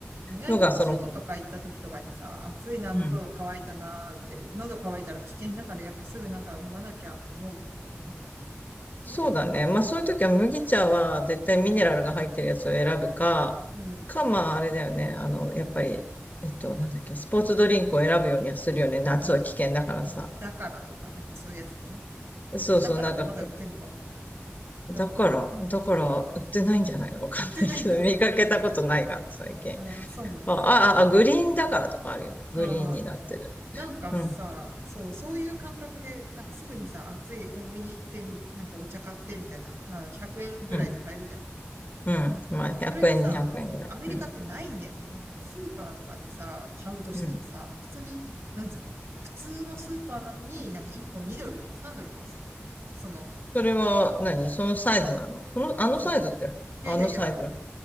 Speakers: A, on the right; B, on the left.
A: 意外にやっぱ外とか行った時とかにさ、
B: のが、その、
A: 暑いな、喉乾いたなーって、
B: うん。
A: 喉乾いたら危険だからやっぱすぐなんか飲まなきゃって思うもんね、日本だと。
B: そうだね。まあそういう時は麦茶は絶対ミネラルが入ってるやつを選ぶか、
A: うん。
B: か、まああれだよね。あの、やっぱり、えっと、なんだっけ、スポーツドリンクを選ぶようにはするよね。夏は危険だからさ。
A: まあ、だからとかなんかそういうやつね。
B: そうそう、
A: だからってまだ売ってんのかわかんないけど。
B: なんか、だから、
A: うん。
B: だから、売ってないんじゃないのわかんないけど、
A: 売ってないんだ。
B: <laughs> 見かけたことないかな、最近。
A: うん、そうなんだ。
B: あ、あ、あ、グリーンだからとかあるよ。グリーンになってる。
A: ああ。なんかさ、
B: うん、
A: そう、そういう感覚で、なんかすぐにさ、暑いコンビニ行って、なんかお茶買ってみたいな、まあ100円ぐらいで買えるじゃん。
B: うん、うん。まあ、100円、
A: それがさ、
B: 200円ぐらい。
A: アアメリカってないんだよね。
B: うん、
A: なんかスーパーとかでさ、買うとしてもさ、
B: うん。
A: 普通に、なんつうの、普通のスーパーなのになんか1本2ドルとか3ドルとかするのよ。その、
B: それは何、そのサイズなのその、
A: そうそう。
B: あのサイズって、あのサイズ。
A: いやいやいや、ご